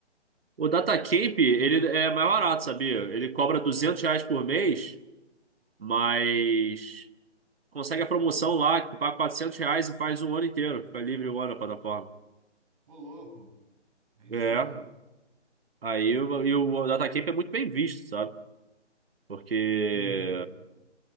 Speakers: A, on the right (about 55°); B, on the right (about 30°).
A: O DataCamp, ele é mais barato, sabia? Ele cobra 200 reais por mês, mas consegue a promoção lá, que tu paga 400 reais e faz um ano inteiro. Fica livre o ano na plataforma.
B: Ô, louco, aí
A: É,
B: sim, hein?
A: aí o, e o DataCamp é muito bem visto, sabe? Porque
B: Entendi,